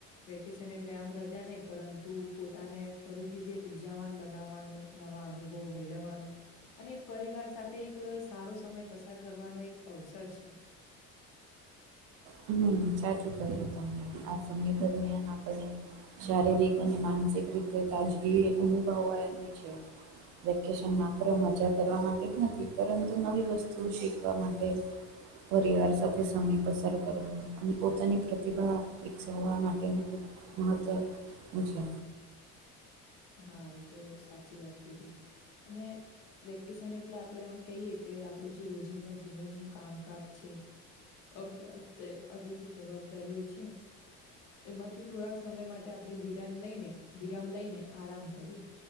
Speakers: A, on the left; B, on the right.
A: વેકેશન એટલે આમ રજા નહી પરંતુ પોતાને ફરીથી જે ઉર્જાવાન બનાવવાનો નવા અનુભવ મેળવવાનો. અને પરિવાર સાથે એક સારો સમય પસાર કરવાનો એક અવસર છે.
B: હ સાચું ક્યું તમને આ સમય દરમિયાન આપણને શારીરિક અને માનસિક રીતે તાજગી અનુભવાવાની છે. વેકેશનમાં આપડે મજા કરવા માટે જ નથી પરંતુ નવી વસ્તુ શીખવા માટે. પરિવાર સાથે સમય પસાર. અને પોતાની પ્રતિભા વિકસવવા માટેનું ખૂબ મહત્ત્વ છે.
A: હા એ તો સાચી વાત કીધી અને વેકેશન એટલે આપડે આમ કહીએ કે આપણું જે રોજિંદા જીવનનું કામકાજ છે. અભ્યાસ જે આપડી જે જવાબદારીઓ છે. એમાંથી થોડાક સમય માટે આપણે વિરામ લઈને વિરામ લઈને. આરામ કરીએ